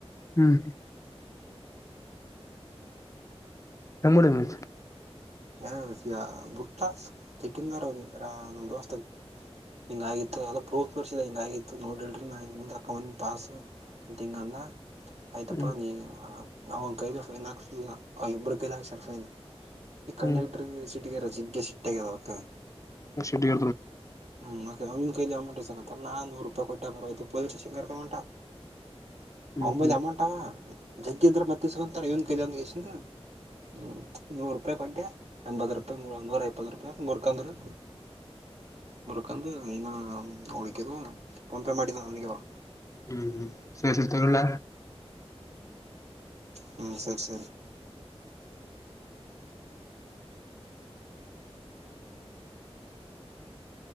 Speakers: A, on the left; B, on the right.
A: ಹ್ಮ್ ಕಮ್ಮಡನು
B: ಹ ಬುಟ್ಟ ಚಕ್ಕಂದಾರ ಅವನಿ ನಮಮ್ಮ ದೋಸ್ತ ಹಿಂಗಗಿತ್ತು ಎಲ್ಲ ಪ್ರೂಫ್ ಬರ್ಸಿದ ಹಿಂಗಗಿತ್ತು ನೋಡಿ ಹೇಳ್ರಿ ನಾ ಅಕೌಂ ಪಾಸ್ ಅಟಿಂಗಲ್ಲ ಆಯ್ತಪ್ಪಾ
A: ಹ್ಮ್
B: ನೀ ಅವನ್ ಕೈಲಿ ಫೈನ್ ಹಾಕ್ಸಗ ಅವ ಇಬ್ಬ್ರ ಕೈಲ ಹಾಕ್ಸರ್ ಫೈನ್ ಈ ಕಂಡಕ್ಟರ್
A: ಹ್ಮ್
B: ಸಿಟ್ಟಗಾರ ಜಿಗ್ಗ ಸಿಟ್ಟಗ್ಯದಕ್ಕ
A: ಶಿತ
B: ಹ್ಮ ಅವಮ ಕಲಿ ಅಮಂಟ್ ನಾ ನೂರು ರೂಪಾಯಿ ಕೊಟ್ಟ ಬರ ಪೊಸ್ ಸ್ಟೇನ್ ಕ ಮಾಡಂಟಾ
A: ಹ್ಮ್
B: ಒಂಬೈಲ್
A: ಹ್ಮ್
B: ಅಮೌಂಟ್ ಅವ ಜಗ್ಗ ಇದ್ರ ಮತ್ತೆ ಸಿಗಂತ ಇವನ್ ಕೈಲಿಂದ ಎಸಿಂದ ಹ್ಮ್ ನೂರು ರಪಾಯಿ ಕೊಟ್ಟ ಎಂಬತ್ ರೂಪಾಯಿ ಮೂ ಒಂದವ ಐಪ್ಪತ್ತು ರೂಪಾಯಿ ಮೂರ್ಕಂದ್ರೀ ಕಾಂದು ಏನ್ನ ಉಳಿಕಿದವಾ ಪಂಪೆ ಮಾಡಟಿಾ ನಗೆವಾ
A: ಹ್ಮ್ ಹ್ಮ್ ವಿೇಷತಗಳ್ಳ
B: ಹ್ಮ ಸರಿ ಸರಿ